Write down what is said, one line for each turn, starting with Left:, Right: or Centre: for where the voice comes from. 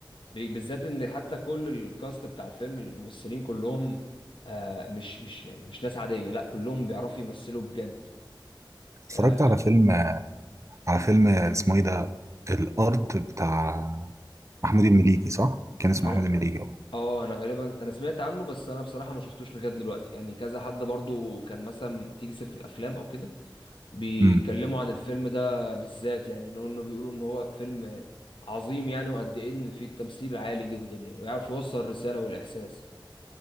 Left: بي- بالذات ان حتى كل الكاست بتاع الفيلم الممثلين كلهم آه مش مش يعني مش ناس عاديه لا كلهم بيعرفوا يمثلوا بجد
Right: اتفرجت
Left: آه
Right: على فيلم على فيلم اسمه ايه ده الارض بتاع محمود المليجي صح كان اسمه
Left: انا
Right: محمود المليجي اه
Left: اه انا غالبا انا سمعت عنه بس انا بصراحه ما شفتوش لغايه دلوقتي يعني كذا حد برضو كان مثلا تيجي سيره الافلام او كده بيتكلموا
Right: امم
Left: عن الفيلم ده بالذات يعني إنه- انه بيقولوا ان هو فيلم عظيم يعني وقد ايه ان فيه التمثيل عالي جدا يعني ويعرف يوصل الرساله والاحساس